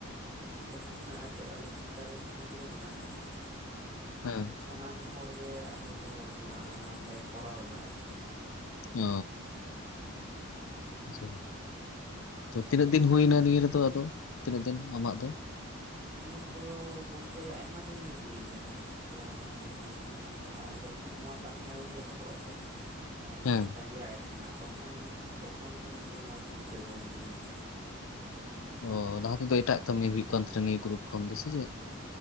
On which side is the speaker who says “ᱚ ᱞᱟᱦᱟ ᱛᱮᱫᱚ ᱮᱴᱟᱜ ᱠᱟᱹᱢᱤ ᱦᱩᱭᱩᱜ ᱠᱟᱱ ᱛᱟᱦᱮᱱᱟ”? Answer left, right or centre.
Left